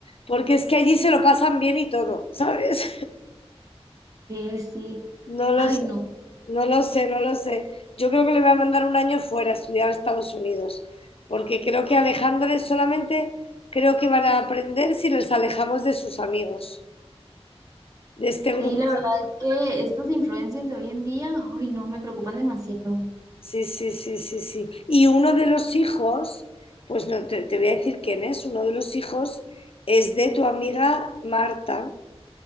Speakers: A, on the left (about 60°); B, on the right (about 30°).
A: Porque es que allí se lo pasan bien y todo, ¿sabes? <laughs>
B: Sí, sí.
A: No lo
B: Ay,
A: sé.
B: no.
A: No lo sé, no lo sé. Yo creo que le voy a mandar un año fuera a estudiar a Estados Unidos, porque creo que alejándoles solamente, creo que van a aprender si les alejamos de sus amigos, de este grupo.
B: Sí, la verdad es que estas influencias de hoy en día, ay, no, me preocupan demasiado.
A: Sí, sí, sí, sí, sí. Y uno de los hijos, pues no te, te voy a decir quién es, uno de los hijos es de tu amiga Marta,